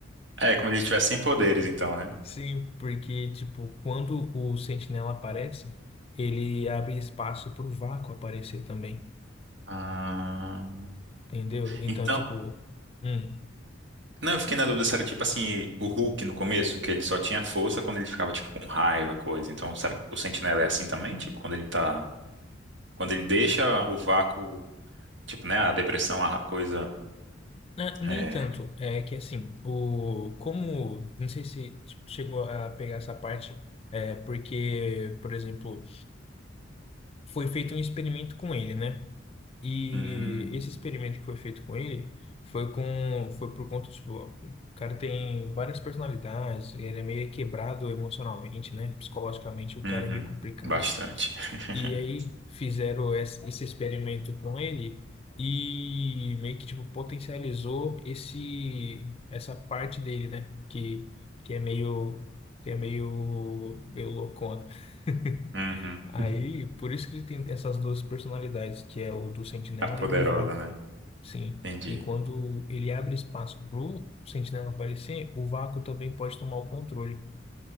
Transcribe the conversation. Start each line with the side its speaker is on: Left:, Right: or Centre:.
Right: É, como ele tivesse sem poderes,
Left: Então,
Right: então, né?
Left: sim, porque, tipo, quando o Sentinela aparece, ele abre espaço pro vácuo aparecer também,
Right: Ah.
Left: entendeu? Então,
Right: Então,
Left: tipo. hum,
Right: não, eu fiquei na dúvida se era tipo assim, o Hulk no começo, que ele só tinha força quando ele ficava, tipo, com raiva, coisa. Então, será que o Sentinela é assim também? Tipo, quando ele tá. Quando ele deixa o vácuo, tipo, né? A depressão, a ra- coisa.
Left: É,
Right: É.
Left: nem tanto. É que assim, o como não sei se chegou a pegar essa parte, é porque, por exemplo, foi feito um experimento com ele, né? E
Right: Hum,
Left: esse experimento que foi feito com ele foi com foi por conta tipo, o cara tem várias personalidades, ele é meio quebrado emocionalmente, né? Psicologicamente o
Right: uhum,
Left: cara é meio complicado.
Right: bastante.
Left: E aí
Right: <laughs>
Left: fizeram esse esse experimento com ele e meio que tipo potencializou esse essa parte dele, né? Que que é meio que é meio meio loucona. <laughs>
Right: Uhum.
Left: Aí por isso que ele tem essas duas personalidades, que é o do Sentinela
Right: A poderosa,
Left: e o do Vácuo.
Right: né?
Left: Sim.
Right: Entendi.
Left: E quando ele abre espaço pro Sentinela aparecer, o Vácuo também pode tomar o controle.